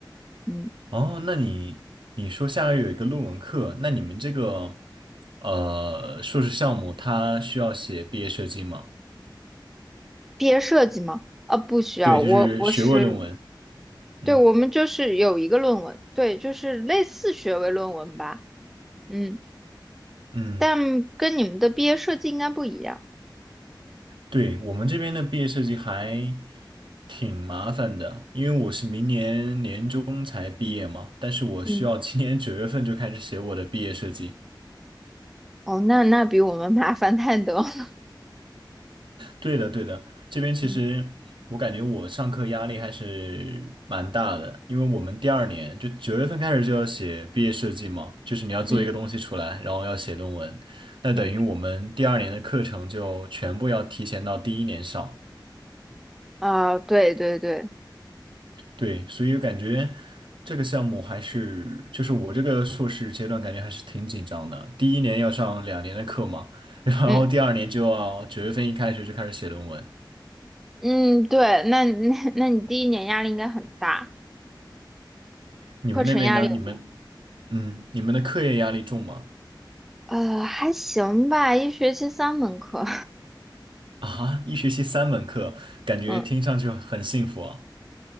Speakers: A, in the centre; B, on the right.
A: 嗯，
B: 哦，那你你说下个月有一个论文课，那你们这个呃硕士项目它需要写毕业设计吗？
A: 毕业设计吗？呃，不需要，
B: 对，
A: 我我是，
B: 就是学位论文。嗯
A: 对，我们就是有一个论文，对，就是类似学位论文吧。嗯。
B: 嗯，
A: 但跟你们的毕业设计应该不一样。
B: 对，我们这边的毕业设计还挺麻烦的，因为我是明年年中才毕业嘛，但是我需要今年九月份就开始写我的毕业设计。
A: 嗯哦，那那比我们麻烦太多了
B: 对的，对的，这边其实我感觉我上课压力还是蛮大的，
A: <laughs> 嗯，
B: 因为我们第二年就九月份开始就要写毕业设计嘛，就是你要做一个东西出来，
A: 嗯
B: 然后要写论文，那等于我们第二年的课程就全部要提前到第一年上。
A: 嗯啊，对对对，
B: 对，所以我感觉这个项目还是，就是我这个硕士阶段感觉还是挺紧张的，第一年要上两年的课嘛，<laughs> 然后第二年就要九月份一开学就开始写论文。
A: 嗯嗯对，那那那你第一年压力应该很大，
B: 你们那边呢？
A: 课程压力很大。
B: 你们？嗯，你们的课业压力重吗？
A: 呃，还行吧，一学期三门课，
B: 啊，一学期三门课，感觉听上去很幸福啊。
A: <laughs> 嗯，